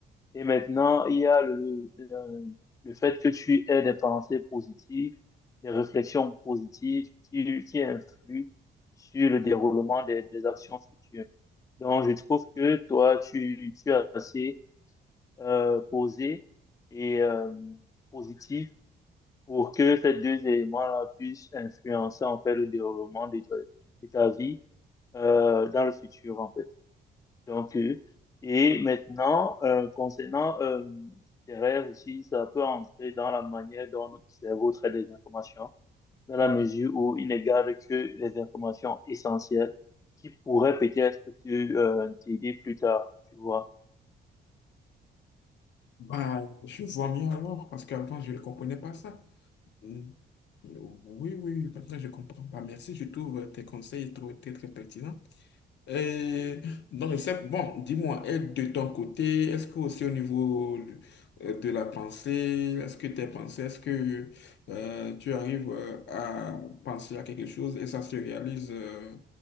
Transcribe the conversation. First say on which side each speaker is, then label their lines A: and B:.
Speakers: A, on the left; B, on the left.
A: Et maintenant, il y a le, le, le fait que tu aies des pensées positives, des réflexions positives qui, qui influent sur le déroulement des, des actions futures. Donc, je trouve que toi, tu, tu es assez euh, posé et euh, positif pour que ces deux éléments-là puissent influencer en fait le déroulement de ta, de ta vie euh, dans le futur en fait. Donc, euh, et maintenant, euh, concernant euh, tes rêves aussi, ça peut entrer dans la manière dont notre cerveau traite des informations, dans la mesure où il ne garde que les informations essentielles qui pourraient peut-être te, euh, t'aider plus tard, tu vois.
B: Bah, je vois mieux alors, parce qu'avant, je ne comprenais pas ça. Mm. Oui, oui, maintenant, je comprends pas. Merci, je trouve tes conseils trop- très, très pertinents. Et donc, c'est bon, dis-moi, et de ton côté, est-ce que aussi au niveau euh, de la pensée, est-ce que tes pensées, est-ce que euh, tu arrives euh, à penser à quelque chose et ça se réalise euh,